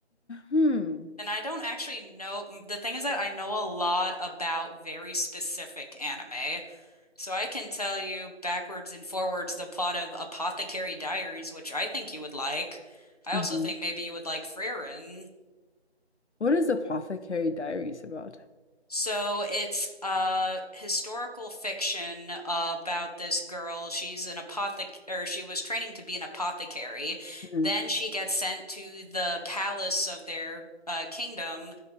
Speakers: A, on the left (about 85°); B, on the left (about 35°).
A: Hmm.
B: And I don't actually know. The thing is that I know a lot about very specific anime. So I can tell you backwards and forwards the plot of Apothecary Diaries, which I think you would like. I
A: Mhm.
B: also think maybe you would like Frieren.
A: What is Apothecary Diaries about?
B: So it's a historical fiction about this girl. She's an apothec or she was training to be an apothecary.
A: Mhm.
B: Then she gets sent to the palace of their uh, kingdom